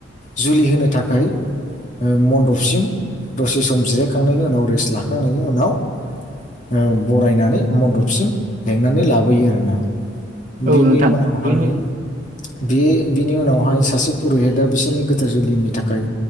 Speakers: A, on the left; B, on the right.
A: जुलि होनो थाखाय मन्दपसिम दसे सम जिरायखांनायनि उनाव रेस्ट लाखांनायनि उनाव ओ बरायनानै मदबसिम लेंनानै लाबोयो आरोना
B: औ
A: बिनि
B: नोंथां
A: उनावहाय
B: बेनि
A: बे बिनि उनावहाय सासे पुरुहिता बिसोरनि गोथार जुलिनि थाखाय